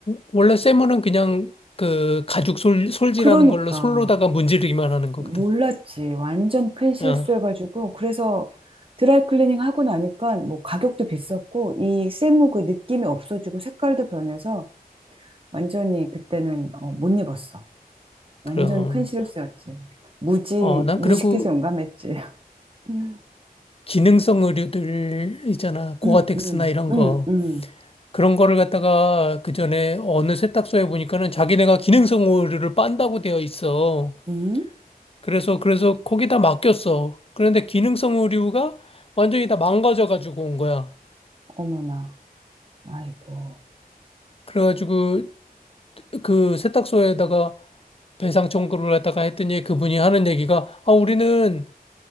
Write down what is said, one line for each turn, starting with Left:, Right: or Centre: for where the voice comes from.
Left: 원래 쇠물은 그냥 그 가죽 솔, 솔지라는
Right: 그러니까.
Left: 걸로 솔로다가 문지르기만 하는 거거든.
Right: 몰랐지. 완전 큰 실수해가지고.
Left: 아,
Right: 그래서 드라이클리닝 하고 나니까 뭐 가격도 비쌌고 이 세무 그 느낌이 없어지고 색깔도 변해서 완전히 그때는 어, 못 입었어. 완전
Left: 그럼.
Right: 큰 실수였지. 무지,
Left: 어, 난
Right: 무식해서
Left: 그리고
Right: 용감했지. 음,
Left: 기능성 의류들 있잖아. 고아텍스나
Right: 음, 음,
Left: 이런
Right: 음,
Left: 거.
Right: 음.
Left: 그런 거를 갖다가 그 전에 어느 세탁소에 보니까는 자기네가 기능성 의류를 빤다고 되어 있어.
Right: 음?
Left: 그래서, 그래서 거기다 맡겼어. 그런데 기능성 의류가 완전히 다 망가져가지고 온 거야.
Right: 어머나. 아이고.
Left: 그래가지고 그 세탁소에다가 배상 청구를 했다가 했더니 그분이 하는 얘기가 아 우리는